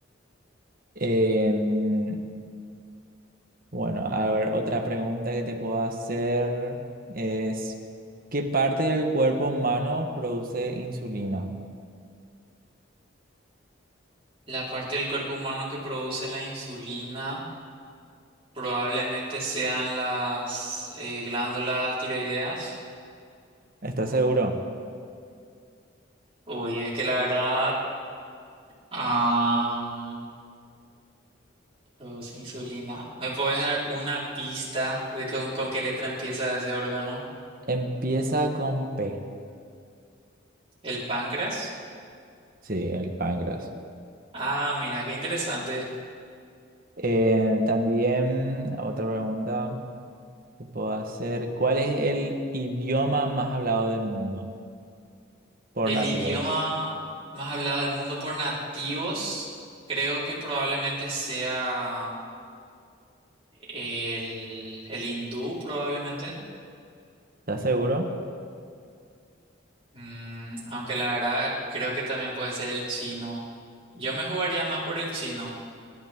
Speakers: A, on the right (about 50°); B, on the right (about 30°).
A: Em, bueno, a ver, otra pregunta que te puedo hacer es, ¿qué parte del cuerpo humano produce insulina?
B: La parte del cuerpo humano que produce la insulina probablemente sean las eh, glándulas tiroideas.
A: ¿Estás seguro?
B: Uy, es que la verdad, am, produce insulina. ¿Me puedes dar una pista de con, con qué letra empieza ese órgano?
A: Empieza con P.
B: ¿El páncreas?
A: Sí, el páncreas.
B: Ah, mira, qué interesante.
A: Eh, también otra pregunta que puedo hacer. ¿Cuál es el idioma más hablado del mundo por
B: El
A: nativos?
B: idioma más hablado del mundo por nativos, creo que probablemente sea el, el hindú, probablemente.
A: ¿Estás seguro?
B: Mm, aunque la verdad creo que también puede ser el chino. Yo me jugaría más por el chino.